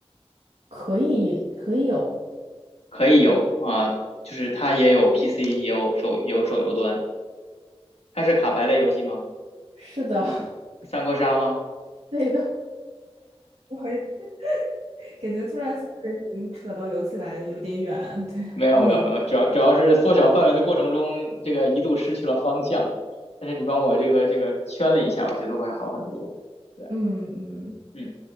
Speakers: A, on the right; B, on the left.
A: 可以可以有，
B: 可以有啊，就是它也有 PC，也有手也有手游端，它是卡牌类游戏吗？
A: 是的，
B: 三国杀吗？
A: <laughs> 对的，不好意思，感觉突然从人名扯到游戏来的有点远，对，
B: 没有没有没有，
A: 让你，
B: 主要主要是缩小范围的过程中，这个一度失去了方向。但是你帮我这个这个圈了一下，我觉得会好很多。对，
A: 嗯嗯，
B: 嗯，